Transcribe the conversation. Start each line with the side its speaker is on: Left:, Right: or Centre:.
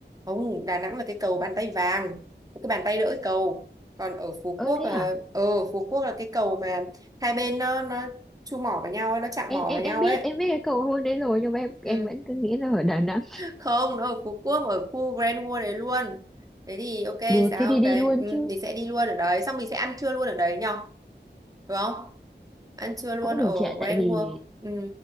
Right: không, Đà Nẵng là cái cầu bàn tay vàng, cái bàn tay đỡ cái cầu. Còn ở Phú
Centre: ơ
Right: Quốc
Centre: thế
Right: là
Centre: à
Right: ờ Phú Quốc là cái cầu mà hai bên nó nó chu mỏ vào nhau ấy, nó chạm
Centre: em
Right: mỏ
Centre: em
Right: vào nhau
Centre: em biết
Right: ấy.
Centre: em biết cái cầu hôn đấy rồi nhưng mà em
Right: Ừ.
Centre: em vẫn cứ nghĩ là ở Đà Nẵng
Right: không nó ở Phú Quốc ở khu Grand World đấy luôn thế thì ok
Centre: được
Right: sáng
Centre: thế thì
Right: hôm
Centre: đi
Right: đấy
Centre: luôn
Right: ừ,
Centre: chứ
Right: mình sẽ đi luôn ở đấy xong mình sẽ ăn trưa luôn ở đấy nhở đúng không ăn trưa luôn
Centre: cũng
Right: ở
Centre: được chị ạ
Right: Grand
Centre: tại vì
Right: World ừ.